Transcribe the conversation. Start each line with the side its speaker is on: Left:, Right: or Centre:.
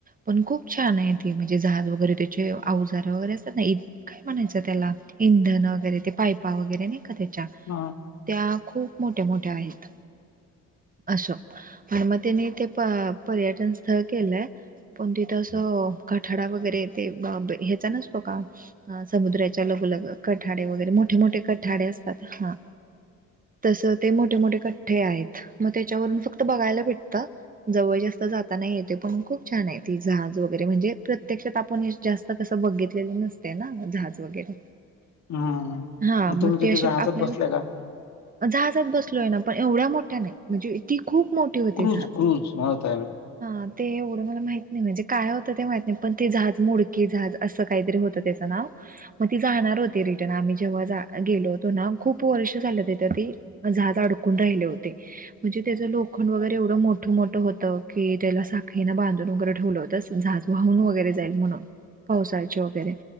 Right: पण खूप छान आहे ते म्हणजे जहाज वगैरे त्याचे आवजार वगैरे अस नाही काय म्हणायचं त्याला इंधन पा वगैरे नाही का त्या
Left: हा
Right: त्या खूप मोठ्या मोठ्या आहेत अशो आणि मग त्यांनी ते पर्यटन स्थळ केलंय पण तिथ कठाडा वगैरे ते ह्याचा नसतो का समुद्राच्या लघ लग कठाड वगैरे मोठे मोठे कठाडे असतात हा तसं ते मोठे मोठे कठ्ठे आहेत मग त्याच्यावरून फक्त बघायला भेटतं जवळ जास्त जाताना येते पण खूप छान आहेत ज वगैरे म्हणजे प्रत्यक्षात आपण हे जास्त कसं बघितलेलं नसत जज वगैरे
Left: हम्म
Right: हा मग
Left: तुम्ही
Right: ते
Left: कधी
Right: असे
Left: जहाजात
Right: आपल्याला.
Left: बसल्या का
Right: जहाजात बसलो आहे ना पण एवढ्या मोठ्या नाही म्हणजे ती खूप. मोठे होते
Left: क्रूज
Right: जज
Left: क्रूज म्हणत आहे मी
Right: हा ते एवढं मला माहि. नाही म्हणजे काय होतं ते माहित नाही पण ते झाज मुडके झाज असं काहीतरी होत त्याच नाव मग ती जाणार. रिर्न आम्ही जेव्हा गेलोतो ना. खूप वर्ष झालं त्या ते झाज अडकून राहिले होते म्हणजे त्याचं लोखंड वगैरे एवढं मोठ. ठ मोठ होत की त्याला साखळीनं बांधून वगैरे ठेवलं होत झाज वाहून वगैरे जाईल म्हणून. पावसाचे वगैरे